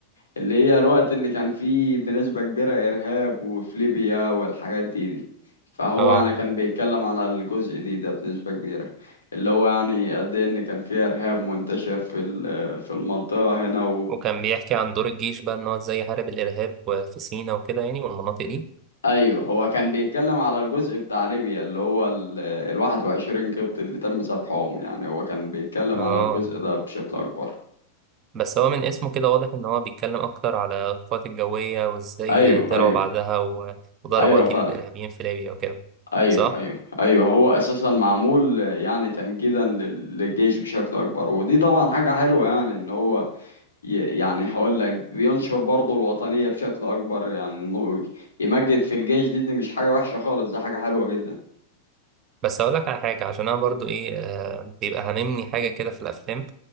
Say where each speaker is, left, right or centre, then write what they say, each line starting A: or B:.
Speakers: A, on the left (about 70°); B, on the right (about 30°).
A: اللي هي الوقت اللي كان فيه بنسبة كبيرة ارهاب وفي ليبيا والحاجات دي دي فهو
B: اه
A: يعني كان بيتكلم على الجزء دي ده بنسبة كبيرة اللي هو يعني قد ايه ان كان فيه ارهاب منتشر في ال- في المنطقة هنا
B: وكان بيحكي عن دور الجيش بقى ان هو ازاي يحارب الارهاب وفي سينا وكده يعني والمناطق دي
A: ايوه هو كان بيتكلم على الجزء بتاع ليبيا اللي هو ال ال 21 قبط اللي تم سبحهم يعني هو كان بيتكلم
B: اه
A: على الجزء ده بشكل اكبر
B: بس هو من اسمه كده واضح ان هو بيتكلم اكتر على القوات الجوية وازاي
A: ايوه
B: طلعوا
A: ايوه
B: بعدها و- وضربوا
A: ايوه
B: اكيد
A: فعلا
B: الارهابيين في ليبيا وكده
A: ايوه
B: صح؟
A: ايوه ايوه هو اساسا معمول يعني تمجيدا لل- للجيش بشكل اكبر ودي طبعا حاجه حلوه يعني ان هو ي- يعني هقول لك بينشر برضه الوطنيه بشكل اكبر يعني انه يمجد في الجيش دي دي مش حاجه وحشه خالص دي حاجه حلوه جدا
B: بس اقول لك على حاجه عشان انا برضو ايه آه، بيبقى هنمني حاجه كده في الافلام